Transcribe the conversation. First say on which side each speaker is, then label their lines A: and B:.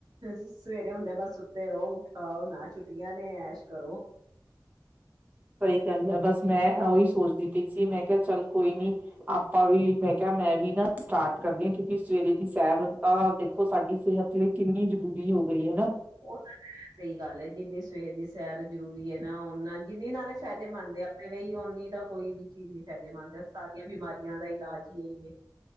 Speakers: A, on the right (about 55°); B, on the right (about 20°).
A: ਸਵੇਰੇ ਹੁੰਦੇ ਬਸ ਉੱਤੇ ਰਹੋ ਉਠਾਓ ਨਾ ਛੁੱਟੀਆਂ ਨੇ ਐਸ਼ ਕਰੋ
B: ਸਹੀ ਗੱਲ ਹੈ ਬਸ ਮੈਂ ਉਓਹੀ ਸੋਚਦੀ ਪਈ ਸੀ ਮੈਂ ਕਿਹਾ ਚੱਲ ਕੋਈ ਨੀ ਆਪਾਂ ਵੀ ਮੈਂ ਕਿਹਾ ਮੈਂ ਵੀ ਨਾ ਸਟਾਰਟ ਕਰਦੀ ਹਾਂ ਕਿਉਂਕਿ ਸਵੇਰੇ ਦੀ ਸੈਰ ਤਾਂ ਦੇਖੋ ਸਾਡੀ ਸਿਹਤ ਲਈ ਕਿੰਨੀ ਜ਼ਰੂਰੀ ਹੋ ਗਈ ਹੈ ਨਾ
A: ਉਹ ਤਾਂ ਹੈ ਸਹੀ ਗੱਲ ਹੈ ਜਿੰਨੀ ਸਵੇਰ ਦੀ ਸੈਰ ਜ਼ਰੂਰੀ ਹੈ ਨਾ ਨਾ ਜਿੰਨੀ ਨਾਲੇ ਫਾਇਦੇ ਮੰਨਦੇ ਆਪਣੇ ਲਈ ਉਓਨੀ ਦਾ ਕੋਈ ਵੀ ਚੀਜ਼ ਨੀ ਫਾਇਦੇਮੰਦ ਹੈ ਸਾਰੀਆਂ ਬਿਮਾਰੀਆਂ ਦਾ ਇਲਾਜ ਹੀ ਹੈ ਹੀਏ